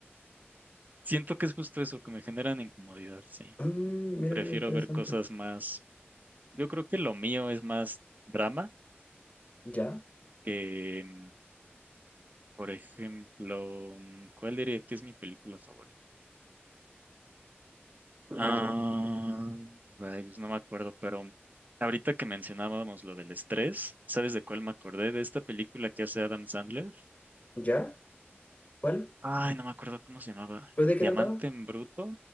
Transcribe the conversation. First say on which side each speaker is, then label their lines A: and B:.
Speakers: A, on the right; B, on the left.
A: Siento que es justo eso, que me generan incomodidad, sí.
B: Mm, mira
A: Prefiero
B: qué interesante.
A: ver cosas más. Yo creo que lo mío es más drama
B: ¿Ya?
A: que, mm, por ejemplo, mm, ¿cuál diría que es mi película favorita? Ah, rayos, no me acuerdo, pero ahorita que mencionábamos lo del estrés, ¿sabes de cuál me acordé? De esta película que hace Adam Sandler.
B: ¿Ya? ¿Cuál?
A: Ay, no me acuerdo cómo se llamaba.
B: ¿Pero de qué
A: Diamante
B: trataba?
A: en Bruto.